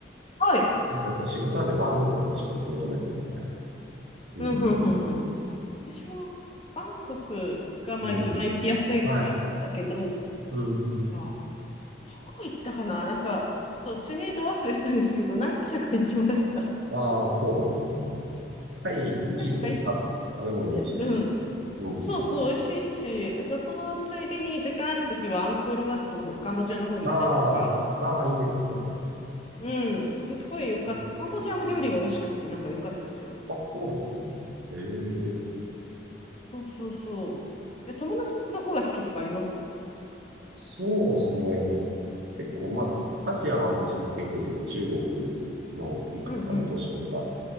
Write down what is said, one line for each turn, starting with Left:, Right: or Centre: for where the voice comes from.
Left: はい。
Right: なんか仕事なんでバンコクしか行ったことないですね。うん。
Left: うん、うん、うん、うん。私もバンコクがまあ一番行きやすいから行ったけど、
Right: うん。はい。うん、うん。
Left: まあどこ行ったかななんか、そう、知名度忘れしたんですけど、何か所か行きました。
Right: ああ、そうなんですね。タイ、いいですよね。
Left: 何か所か行っ
Right: た、食べ物美味しいし。
Left: て、うん。
Right: うん。
Left: そうそう、美味しいし、だからそのついでに時間あるときはアンコールワットの方、カンボジアの方に行ったりとか、
Right: ああ、ああ、いいですね。
Left: うん、すっごいよかった。
Right: うーん。
Left: カンボジアも料理が美味しくってなんか良かったですよ。
Right: あ、そうなんですね。ええ、
Left: そうそうそう。え、友達のどこが好きとかあります
Right: そうですね。結構、まあ、アジアは私も結構いて、中国のいくつかの都市とか、
Left: うんうん。